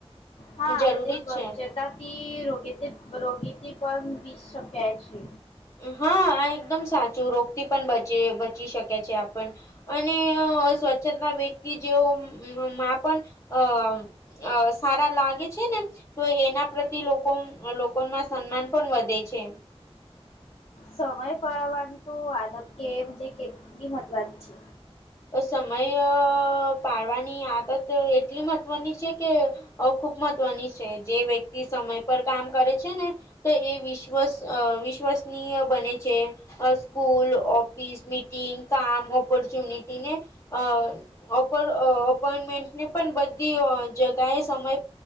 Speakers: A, on the left (about 60°); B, on the left (about 30°).
A: હાજ
B: જરૂરી જ
A: સ્વચ્છતા
B: છે.
A: તી રોગી રોગીથી પણ દીસ શક્યા છે.
B: હા આ એકદમ સાચું રોગથી બચી શકે છે આપણ. અને સ્વચ્છતા વ્યક્તિ જેઓ માં પણ, અ અ સારા લાગે છે ને. તો એના પ્રતિ લોકો લોકોમાં સન્માન પણ વધે છે.
A: સમય પળવાની તો વાદક કે કેટલી મહત્વની છે.
B: તો સમય પાડવાની આદત એટલી મહત્વની છે કે અ ખુબ મહત્વની છે જે વ્યક્તિ સમય પર કામ કરે છે ને. તો એ વિશ્વસ વિશ્વસનીય બને છે. અ સ્કૂલ ઓફિસ મીટિંગ કામ ઓપોર્ચ્યુનિટીને, અ અપોઈન્ટમેન્ટને પણ બધી જગાએ સમય